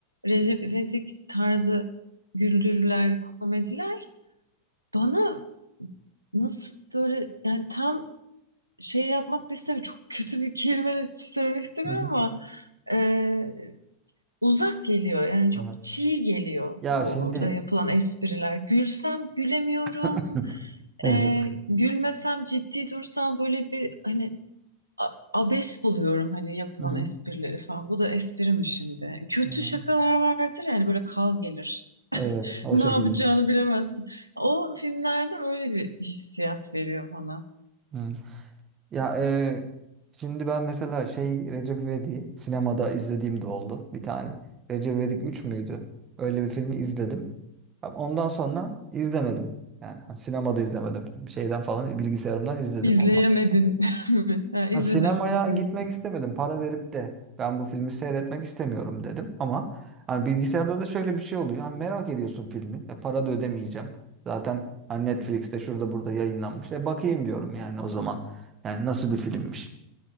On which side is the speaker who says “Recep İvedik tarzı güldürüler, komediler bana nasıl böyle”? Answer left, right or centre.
Right